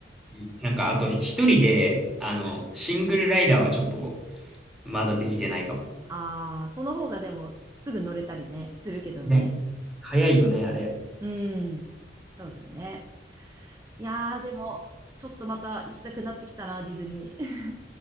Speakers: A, in the centre; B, on the right (about 20°).
A: うんなんか、あと一人で、あの、シングルライダーはちょっと、まだできてないかも。
B: ああ、その方がでも、すぐ乗れたりね、するけどね。
A: ね、早いよね、あれ。
B: うん。そうだね。いやー、でも、ちょっとまた行きたくなってきたな、ディズニー。